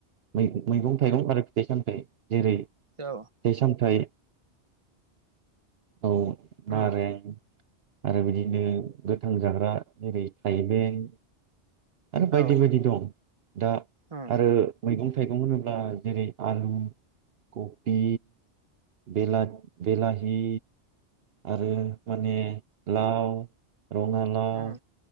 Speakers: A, on the right; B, on the right.
A: मैगं थाइगं आरो फिथाइ-सामथाइ जेरै
B: औ
A: दै सामथाइ औ नारें
B: उम
A: आरो बिदिनो गोथां जाग्रा जेरै थाइबें आरो बायदि
B: औ
A: बायदि दं दा
B: उम
A: आरो मैगं थाइगं होनोब्ला जेरै आलु कबि बेला बेलाहि आरो माने लाव रङालाव
B: उम